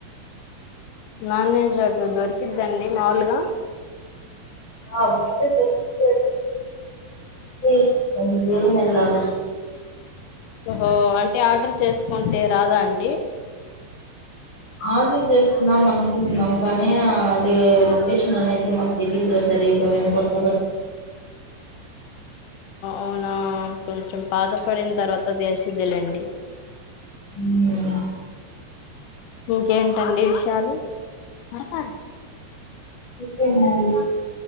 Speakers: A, on the left; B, on the left.
A: నాన్ వెజ్ అటు దొరికిద్దండి మాములుగా
B: ఆమైండ్ దోప్ దే స కొంచం దూరం ఎల్లాలి
A: హో అంటే ఆర్డర్ చేసుకుంటే రాదా అండి
B: ఆర్డర్ చేసుకుందం అనుకుంటున్నాం కానీ అది లొకేషన్ అనేది మాకు తెలీదుా సరిగ మేము కొత్త కొత్త
A: అవునా కొంచెం పాతపడిన తర్వాత తెలిసి ద్ వెళ్ళండి
B: ఉమ్
A: ఇంకేంటండి విషయాలు పడత
B: చేప్పేయ యండి